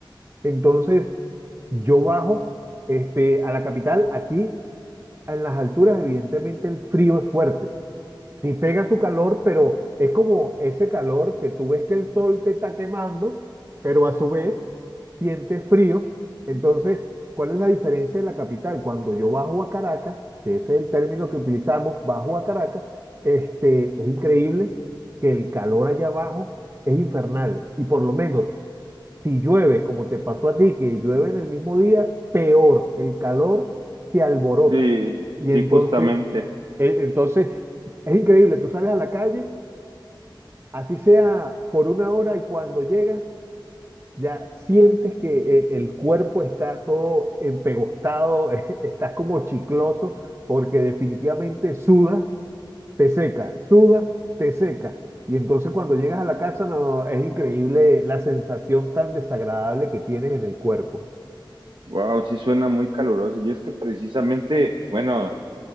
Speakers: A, on the right; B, on the right.
A: Entonces yo bajo este, a la capital aquí en las alturas, evidentemente el frío es fuerte. Sí pega su calor, pero es como ese calor que tú ves que el sol te está quemando, pero a su vez sientes frío. Entonces, ¿cuál es la diferencia de la capital? Cuando yo bajo a Caracas, que ese es el término que utilizamos, bajo a Caracas, este, es increíble que el calor allá abajo es infernal. Y por lo menos, si llueve, como te pasó a ti, que llueve en el mismo día, peor, el calor se alborota.
B: Sí,
A: Y Sí,
B: sí,
A: entonces,
B: justamente.
A: e- Entonces, es increíble, tú sales a la calle, así sea por una hora y cuando llegas, ya sientes que eh, el cuerpo está todo empegostado, <laughs> estás como chicloso, porque definitivamente sudas, te seca, sudas, te seca. Y entonces cuando llegas a la casa, no, es increíble la sensación tan desagradable que tienes en el cuerpo.
B: Wow, sí suena muy caluroso. Y es que precisamente, bueno,